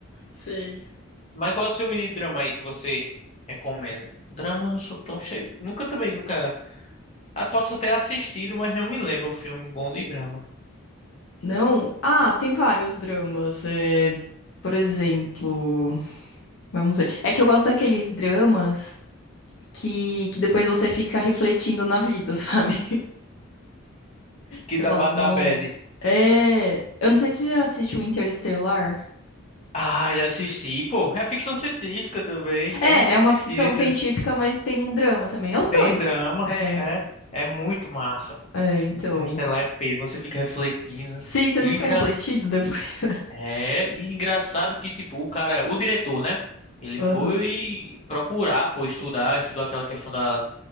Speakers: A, on the left (about 65°); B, on the left (about 30°).
A: sei.
B: Mas qual é o filme de drama aí que você recomenda? Drama eu não sou tão chegado. Nunca também, nunca. Ah, posso até assistido, mas não me lembro um filme bom de drama.
A: Não? Ah, tem vários dramas. É, por exemplo, vamos ver. É que eu gosto daqueles dramas que, que depois você fica refletindo na vida, <laughs> sabe?
B: Que
A: Você
B: da
A: fala,
B: Batabad.
A: nossa. É. Eu não sei se você já assistiu Interestelar.
B: Ah, já assisti, pô. É ficção científica também, então
A: É,
B: eu já
A: é
B: assisti.
A: uma ficção científica,
B: Tra-
A: mas tem um drama também. É os
B: Tem
A: dois.
B: drama,
A: É,
B: é, é muito massa.
A: é, então.
B: Interestelar é peso, você fica refletindo, né?
A: Sim, você
B: E
A: não
B: o
A: fica
B: engra...
A: refletindo depois.
B: é, e engraçado que tipo, o cara, o diretor, né? Ele
A: <laughs> Aham.
B: foi procurar, pô, estudar, estudou aquela questão da